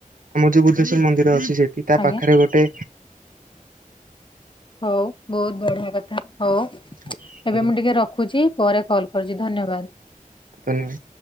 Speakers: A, on the right (about 70°); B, on the left (about 35°).
A: ଆମ ଯୋଉ ବୁଦ୍ଧେଶ୍ବର ମନ୍ଦିର ଅଛି ସେଠି ତା
B: ଆଜ୍ଞା
A: ପାଖରେ ଗୋଟେ
B: ହୋଉ ବୋହୁତ ବଢିଆ କଥା ହୋଉ
A: ଆଜ୍ଞା
B: ଏବେ ମୁଁ ଟିକେ ରଖୁଚି ପରେ କଲ୍ କରୁଚି ଧନ୍ୟବାଦ।
A: ତିନସ